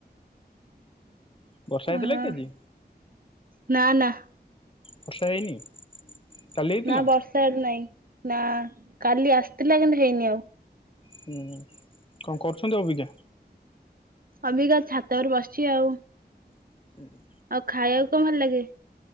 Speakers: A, on the left; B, on the right.
A: ବର୍ଷା ହେଇଥିଲା
B: ହଁ
A: କି ଆଜି
B: ନା ନା।
A: ବର୍ଷା ହେଇନି? କାଲି ହେଇଥିଲା
B: ନା ବର୍ଷା ଇଆଡ଼େ ନାଇଁ। ନା କାଲି ଆସିଥିଲା କିନ୍ତୁ ହେଇନି ଆଉ।
A: ହୁଁ କଣ କରୁଛନ୍ତି ଅଭିକା?
B: ଅବିକା ଛାତ ଉପରେ ବସିଛି ଆଉ।
A: <inaudible>
B: ଆଉ ଖାଇବାକୁ କଣ ଭଲ ଲାଗେ?